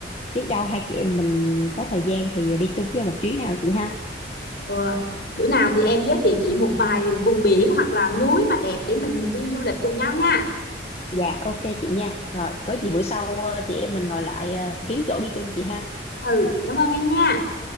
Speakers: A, on the left; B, on the left.
A: biết đâu hai chị em mình có thời gian thì đi chung với nhau một chuyến nào chị ha
B: ừ. bữa nào thì em giới thiệu chị một vài vùng biển hoặc là núi mà đẹp để mình đi du lịch cùng nhau nha
A: dạ ok chị nha rồi có gì bữa sau ờ, chị em mình ngồi lại ờ, kiếm chỗ đi chung chị ha
B: ừ cảm ơn em nha